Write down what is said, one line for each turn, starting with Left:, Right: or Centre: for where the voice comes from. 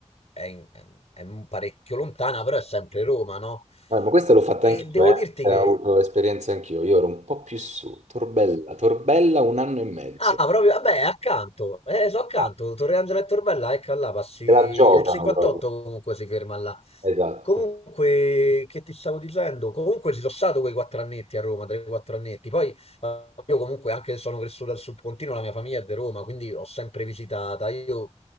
Left: è, in- è un parecchio lontana, però è sempre Roma, no?
Right: Eh, ma questa l'ho fatta
Left: E
Right: anch'io,
Left: devo
Right: eh.
Left: dirti
Right: Ho
Left: che
Right: avuto esperienza anch'io. Io ero un po' più su, Torbella, Torbella un anno e mezzo.
Left: Ah, proprio, vabbè, accanto, eh, so accanto,
Right: Ah,
Left: Torre Angelo e Torbella, ecco là, passi,
Right: te
Left: il
Right: la giocano
Left: 58
Right: proprio.
Left: comunque si ferma là.
Right: Esatto.
Left: Comunque, che ti stavo dicendo? Comunque ci sono stato quei quattro annetti a Roma, 3-4 annetti, poi eh, io comunque anche se sono cresciuto al Sud Pontino, la mia famiglia è di Roma, quindi ho sempre visitata, io